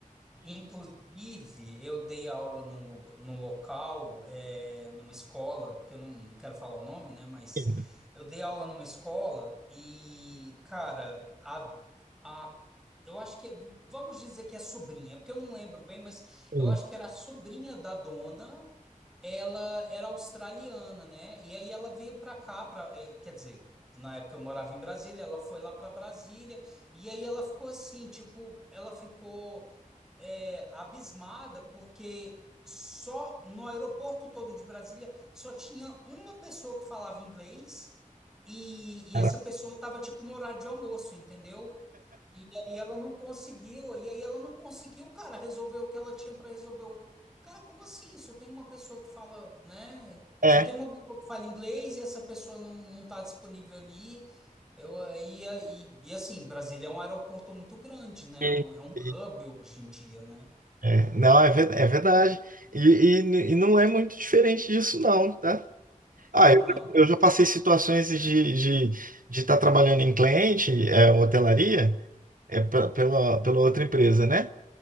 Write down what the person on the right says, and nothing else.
Sim,
sim,
cara.
É,
e-
e-
é, não, é, ve- é verdade. E, e, n- e não é muito diferente disso, não, tá? Ah,
eu, eu já passei situações de de estar trabalhando em cliente, é, hotelaria, é, pe- pela, pela outra empresa, né?